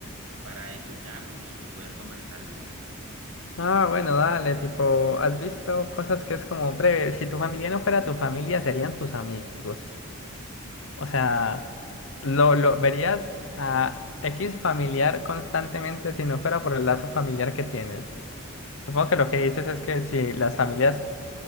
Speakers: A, on the right (about 75°); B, on the left (about 65°).
A: para escucharnos y y poder conversar bien.
B: Ah, bueno, dale, tipo, has visto cosas que es como, breve, si tu familia no fuera tu familia, serían tus amigos. O sea, lo, lo verías a X familiar constantemente si no fuera por el lazo familiar que tienes. Supongo que lo que dices es que si las familias